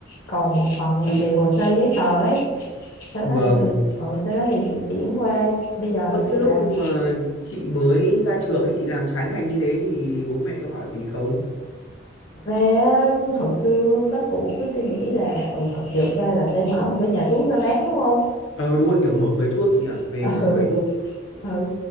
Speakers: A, on the left (about 50°); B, on the left (about 85°).
A: còn một phần là
B: ừ,
A: về hồ sơ giấy tờ ấy sau
B: vâng
A: đó thì ừ, sau đó thì chị chuyển qua bây giờ
B: ơ
A: thì
B: thế
A: chị
B: lúc
A: làm
B: mà chị mới ra trường ấy chị làm trái ngành như thế thì bố mẹ có bảo gì không
A: Thật ra á, hồi xưa các cụ cứ suy nghĩ là ừ học dược ra là sẽ mở một cái nhà thuốc ra bán đúng không
B: ờ đúng rồi kiểu mở quầy thuốc chị nhỉ
A: <laughs>
B: về
A: ừ
B: mở quầy thuốc
A: ừ